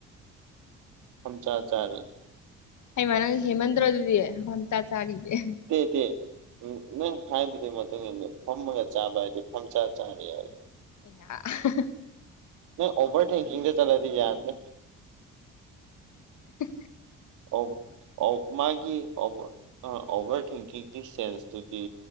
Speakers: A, on the right; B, on the left.
A: ꯐꯝꯖ ꯆꯥꯔꯤ
B: ꯍꯩꯃꯥ ꯅꯪꯁꯨ ꯍꯦꯟꯃꯥꯟꯗꯔꯣ ꯑꯗꯨꯗꯤ ꯆꯥꯔꯤꯗꯤ
A: <inaudible> ꯅꯪ ꯍꯥꯏꯕꯗꯨꯒꯤ ꯃꯇꯨꯡ ꯏꯟꯅ ꯐꯝꯃꯒ ꯆꯥꯕ ꯍꯥꯏꯗꯤ ꯐꯝ ꯆꯥ ꯆꯥꯔꯦ ꯍꯥꯏ
B: <inaudible>
A: ꯅ ꯑꯣꯚꯔ ꯊꯤꯡꯀꯤꯛꯗ ꯆꯠꯂꯗꯤ ꯌꯥꯗꯔꯦ
B: ꯍꯤ
A: ꯑꯕ ꯑ ꯃꯥꯒꯤ ꯑꯕ ꯑ ꯑꯣꯚꯔ ꯊꯤꯡꯀꯤꯡꯒꯤ ꯁꯦꯟꯁꯇꯨꯗꯤ